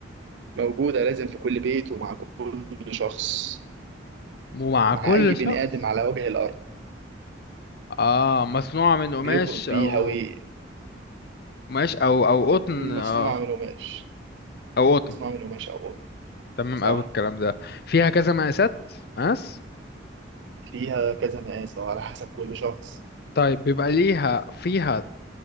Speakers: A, on the right (about 70°); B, on the left (about 55°).
A: موجوده لازم في كل بيت ومع كل شخص
B: ومع
A: مع
B: كل
A: اي بني
B: شخص
A: ادم على وجه الارض
B: اه مصنوعه من قماش
A: بيخرج بيها
B: او
A: وي...
B: ماشي او او قطن اه
A: مصنوعه من قماش
B: او قطن
A: مصنوعه من قماش او أقول.
B: تمام
A: صح
B: اوي الكلام ده فيها كذا مقاسات مقاس
A: فيها كذا مقاس أو على حسب كل شخص
B: طيب بيبقى ليها فيها